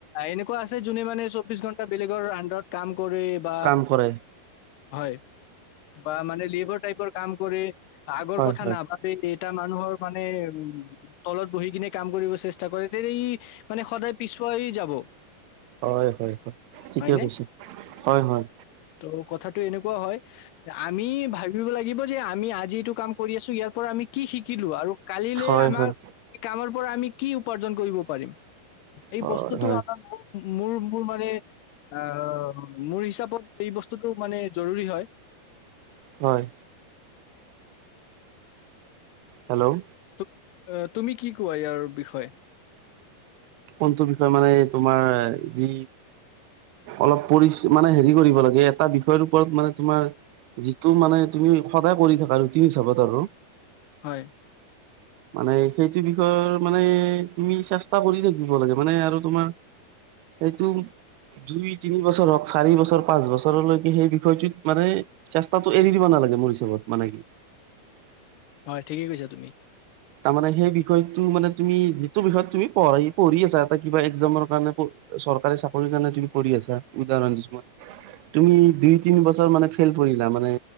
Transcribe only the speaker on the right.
কাম কৰে
হয়
হয়
হয় হয় হয় ঠিকে
কৈছে হয় হয়।
হয়
হয়
হয়
হয়
হয় হেল্ল'
কোনটো বিষয় মানে তোমাৰ যি অলপ পৰিচ মানে হেৰি কৰিব লাগে এটা বিষয়ৰ ওপৰত মানে তোমাৰ যিটো মানে তুমি সদায় কৰি থাকা ৰুটিন হিচাপত আৰু
মানে সেইটো বিষয়ৰ মানে তুমি চেষ্টা কৰি থাক। থাকিব লাগে মানে আৰু তোমাৰ সেইটো দুই তিনি বছৰ হওক চাৰি বছৰ পাঁচ বছৰলৈকে সেই বিষয়টোত মানে চেষ্টাটো এৰি দিব নালাগে। নালাগে মোৰ হিচাপত মানে কি।
তাৰ মানে সেই বিষয়টো মানে তুমি যিটো বিষয়ত তুমি পঢ় পঢ়ি আছা এটা কিবা এক্সামৰ কাৰণে। চৰকাৰী চাকৰিৰ কাৰণে তুমি পঢ়ি আছা উদাহৰণ দিছো মই তুমি দুই তিনি বছৰ মানে ফেইল কৰিলা মানে